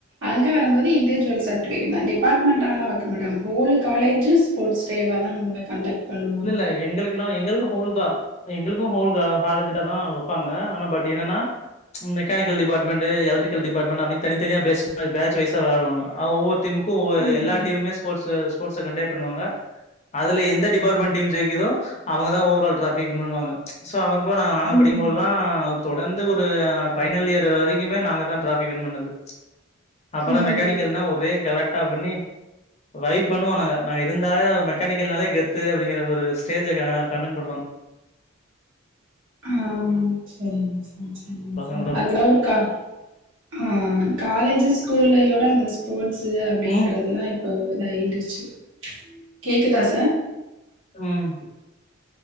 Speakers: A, on the right; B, on the left.
A: அங்க வரும்போது இண்டிஜுவல்ஸ் <unintelligible> தா டிபார்ட்மெண்ட்டாலா வைக்க மாட்டாக ஹோல் காலேஜ்ஜு ஸ்போட்ஷ் டேவ தா வப் கண்டெக்ட் பண்ணுவ்
B: இல்ல இல்ல எங்களுக்குலா எங்களுக்கு ஹோல்தா எங்களுக்கு ஹோல் தா ஹாலேஜ்டு தா வப்பாங்க ஆனா பட் என்னன்னா மெக்கானிக்கல் டிபார்ட்மெண்டு எலக்ரிக்கல் டிபார்ட்மெண்டு அப்டி தனி தனியா பேஸ் பேட்ச் வைசா விளயாடுவாங்க அவ் ஒ திமுக்கு
A: ம்
B: எல்லா டீமுமே ஸ்போட்ஸ்ஸு ஸ்போட்ஸ்ஸ கண்டெக்ட் பண்ணுவங்க அதுல எந்த டிபார்ட்மெண்ட் ஜெய்க்குதோ அவுங்க தா ஓவரால் ட்ராஃபி வின் பண்ணுவாங்க சோ அவப்போ நா நாங்க
A: ம்
B: படிக்கும்போதுல்லா தொடர்ந்து ஒரு ஃபைனல் இயர் வரை க்குமே நாங்க தா ட்ராஃபி வின் பண்ணது அப்பல்லா
A: ம்
B: மெக்கானிக்கல்னா ஒரே கலாட்டா பண்ணி வைப் பண்ணுவோ நாங்க நாங்க இருந்தாலே மெக்கானிக்கல்னாலே கெத்து அப்டி டிங்ற ஒரு ஸ்டேஜ க கண்டன் பண்ணுவ
A: ஆ சேரிங்க சார் சேரிங்க
B: பசங்களோட
A: சார் அதெல்லா ஒரு கா ஆ காலேஜ்ஜு ஸ்கூல்லயோட அந்த ஸ்போர்ட்ஸ் அப்டின்றது
B: ம்
A: லா இப் போ இதாயிருச்சு கேக்குதா சார்
B: ம்